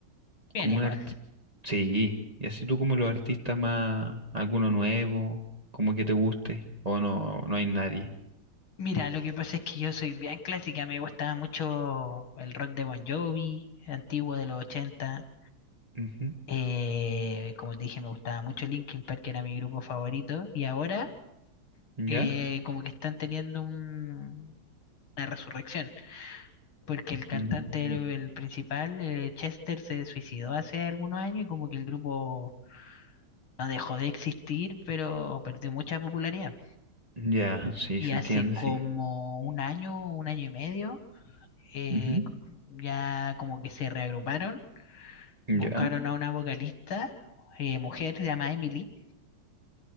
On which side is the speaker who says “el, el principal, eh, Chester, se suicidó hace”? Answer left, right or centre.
Left